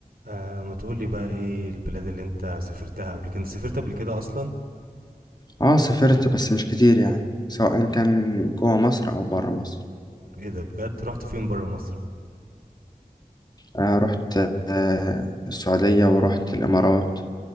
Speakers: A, on the right; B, on the left.
A: آه ما تقولي بقى ايه البلاد اللي انت سافرتها قبل كده انت سافرت قبل كده اصلا
B: اه سافرت بس مش كتير يعني سواء كان جوه مصر او بره مصر
A: ايه ده بجد رحت فين برا مصر
B: آه رحت آه السعودية ورحت الامارات